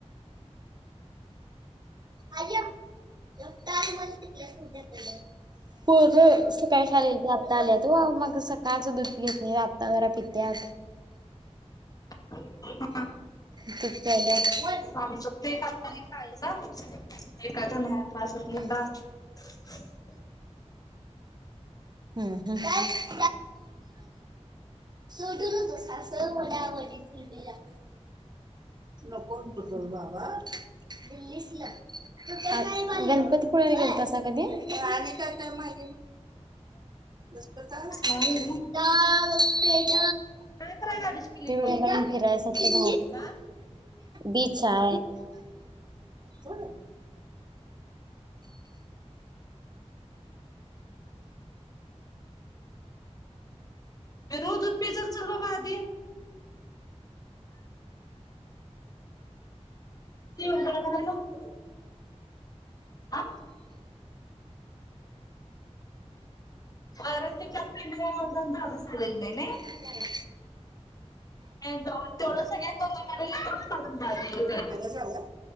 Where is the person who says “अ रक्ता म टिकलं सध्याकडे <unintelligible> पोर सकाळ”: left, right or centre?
Right